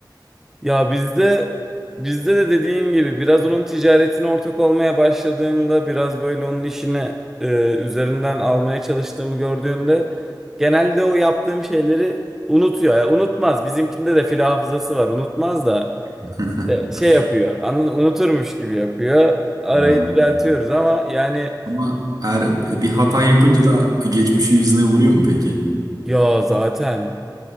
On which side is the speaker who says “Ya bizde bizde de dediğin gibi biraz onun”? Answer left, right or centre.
Centre